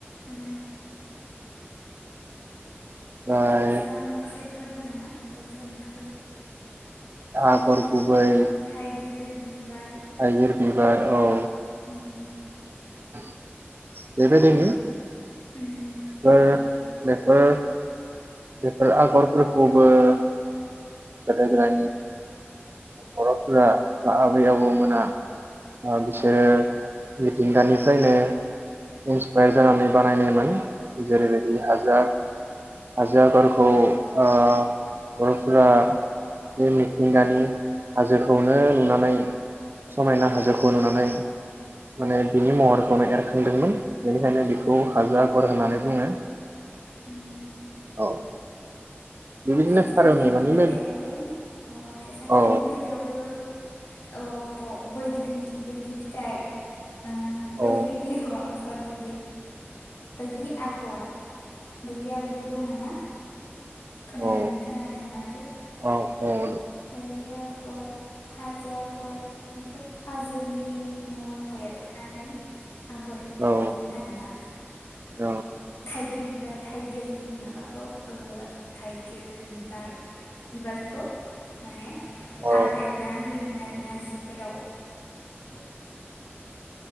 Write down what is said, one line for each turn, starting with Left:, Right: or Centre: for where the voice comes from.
Left: ओ
Right: ओमफ्राय
Left: दाउसा मोख्रेबबो दं नामा? दाउसा मोख्रेब
Right: आगर
Left: ओ
Right: गुबै
Left: थाइगिर बिबार‌।
Right: थाइगिर बिबार औ।
Left: उम।
Right: <inaudible> बेबायदिनो
Left: उम
Right: बेफोर
Left: बे
Right: बेफोर बेफोर आगरफोरखौबो गोदो गोदायनि बर'फोरा बा आबै आबौमोना ओ बिसोरो मिथिंगानिफ्रायनो इन्सपायार जानानै बानायनायमोन। जेरैबायदि हाजो आगर, हाजो आगरखौ ओ बर'फोरा बे मिथिंगानि हाजोखौनो नुनानै समायना हाजोखौ नुनानै माने बिनि महरखौनो एरखांदोंमोन। बेनिखायनो
Left: उम
Right: बिखौ हाजो आगर होननानै बुंङो।
Left: उम।
Right: औ। बेबायदिनो
Left: फिथाइ-सामथाइनि
Right: फारौ मेगननि
Left: बेलायावबो
Right: बे
Left: अ फिथाइ-सामथाइनि
Right: औ
Left: बेलायावबो अ ब-बैग्रि-बैग्रि फिथाइ ओ बैग्रि
Right: औ
Left: बेगर बैग्रि आगर, बैग्रि आगरबो दं नामा? खोना-खोनादों
Right: औ
Left: माथो।
Right: औ
Left: बैग्रि आगर, हाजो आगर बेफोर हाजोनि महरखौ एरखांनानै आगर
Right: औ
Left: एरोमोन आरोना।
Right: औ
Left: थाइगिर बिबार थाइगिरनि माबाखौ ओ थाइगिर बिबार-बिबारखौ माने
Right: औ
Left: आगर एरना होयोमोन आरोना जि फोराव
Right: <unintelligible>